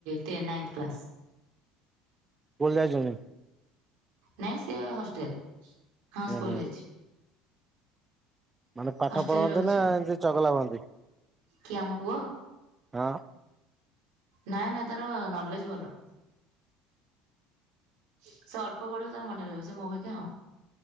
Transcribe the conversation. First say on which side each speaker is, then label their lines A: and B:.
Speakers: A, on the right (about 80°); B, on the right (about 15°).
A: ଟେ ନାଇନ୍ଥ କ୍ଲାସ୍।
B: ସ୍କୁଲ୍ ଯାଇଚନ୍ତି?
A: ନାଇଁ ସିଏ ହଷ୍ଟେଲ୍ ହଁ
B: ହୁଁ
A: ସ୍କୁଲ
B: ହୁଁ।
A: ଯାଇଛି।
B: ମାନେ ପାଠ
A: ହଷ୍ଟେଲରେ
B: ପଢ଼ନ୍ତି
A: ରହୁଛି
B: ନା ଏମିତି ଚଗଲା ହୁଅନ୍ତି?
A: କିଏ ଆମ ପୁଅ?
B: ହଁ।
A: ନା-ନା ତାର ନଲେଜ୍ ଭଲ। ସେ ଅଳ୍ପ ପଢିବ ତାର ମନେ ରହିବ ସେ ମୋ ଭଳିକା ଆଉ।